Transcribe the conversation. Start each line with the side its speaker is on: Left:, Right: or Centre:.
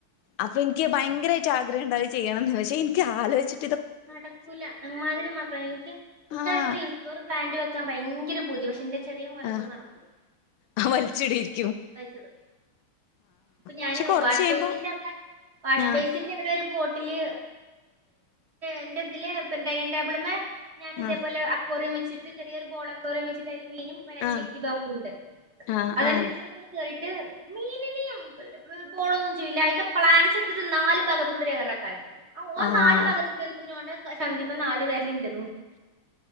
Left: അപ്പൊ എനിക്ക് ഭയങ്കരായിട്ട് ആഗ്രഹം ഉണ്ടാവ അത് ചെയ്യണംമന്ന് പക്ഷെ എനിക്ക് ആലോചിട്ട്.
Right: നടടക്കൂല അമാതിരി മക്കള എനിക്ക് നിക്ക്.
Left: ആഹ്
Right: ഡോറ് പ്ലാന്റ് വെക്കാൻ ഭയങ്കര പൂതി പക്ഷെന്റെ ചെറിയ മോനെ
Left: ആഹ്
Right: കൊണ്ട് നടക്കൂല
Left: ആ വലിച്ചിടിയിരിക്.
Right: വലിച്ചിടും അപ്പൊ ഞാന്
Left: പക്ഷെ കൊറച്ച്
Right: വാഷ്
Left: കഴിയുമ്പോ
Right: ബേസിന്റെവിടെ വാഷ്ബേസിന്റെ
Left: ആഹ്
Right: വിടെ ഒരു ബോട്ടില് എന്റെ ഇതില് ഡൈനിങ് ടേബിള്മ്മേ ഞാനിതേപോല
Left: ആഹ്
Right: അക്വോറിയ വച്ചിട്ട് ചെറിയരു ബോളഅക്വോറിയ വെച്ചിട്ടായില്മീനും. <unintelligible>
Left: ആഹ് ആഹ്
Right: അതന്നെ
Left: ആഹ്
Right: കേറിട്ട് മീനിനിം ബോളും ഒന്നും ചെയ്യൂല അയിത്തെ പ്ലാന്റ്സ് ഇടത്ത് ട്ട് നാല് ഭാഗത്തുകൂടെ കേ റേക്കാരും ആ ഓ
Left: ആഹ്
Right: നാല് ഭാഗത്ത് കേറി വരുമ്പത്തിന്ന് ഓൻ്റെചന്തി മേ നാല് വെര്‌ല് ഇൻ്റെത്.